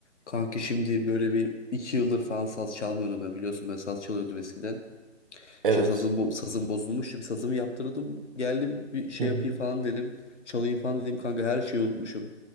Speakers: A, on the left; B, on the right.
A: Kanki şimdi böyle bir iki yıldır falan saz çalmıyordum ben biliyorsun ben saz çalıyordum eskiden.
B: Evet.
A: İşte sazım, bo- sazım bozulmuştu bir sazımı yaptırdım geldim bir şey
B: Hı hı.
A: yapayım falan dedim. Çalayım falan dedim kanka her şeyi unutmuşum.